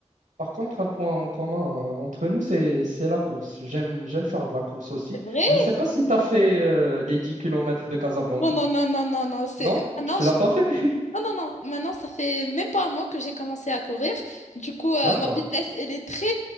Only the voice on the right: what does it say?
Par contre, un point en commun euh, entre nous, c'est, c'est la course. J'aime, j'aime faire de la course aussi.
Je ne sais pas si tu as fait euh, les 10 kilomètres de Casablanca.
Non?
Tu
l'as pas fait?
<laughs> D'accord.